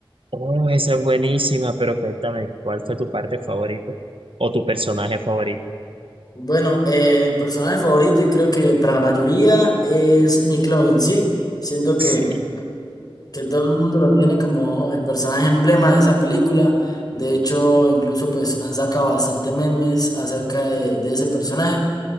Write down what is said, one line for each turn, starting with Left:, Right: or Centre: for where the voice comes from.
Right: Oh, esa es buenísima, pero cuéntame, ¿cuál fue tu parte favorita o tu personaje favorito?
Left: Bueno, eh, personaje favorito y creo que para la mayoría es McLovin, ¿sí? Siento que,
Right: Sí,
Left: que todo el mundo lo tiene como el personaje emblema de esa película. De hecho, incluso pues han sacado bastante memes acerca de, de ese personaje.